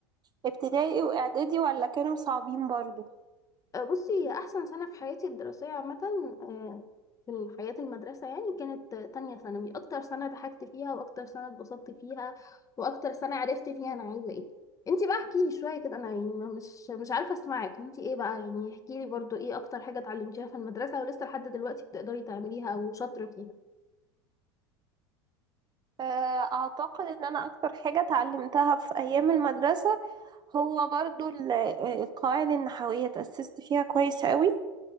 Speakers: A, on the right; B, on the left.
A: الابتدائي وإعدادي ولا كانوا صعبين برضو؟
B: آه، بصي هي أحسن سنة في حياتي الدراسية عامة آه، في حياة المدرسة يعني كانت آه، تانية ثانوي أكتر سنة ضحكت فيها وأكتر سنة اتبسطت فيها وأكتر سنة عرفت فيها أنا عايزة إيه انتي بقى احكيلي شوية كده أنا يعني ما- مش مش عارفة أسمعك انتي إيه بقى يعني احكيلي برضو إيه أكتر حاجة اتعلمتيها في المدرسة ولسه لحد دلوقتي بتقدري تعمليها أو شاطرة فيها
A: آه، أعتقد إن أنا أكتر حاجة اتعلمتها في أيام المدرسة هو برضو ال- آه، القواعد النحوية تأسست فيها كويس قوي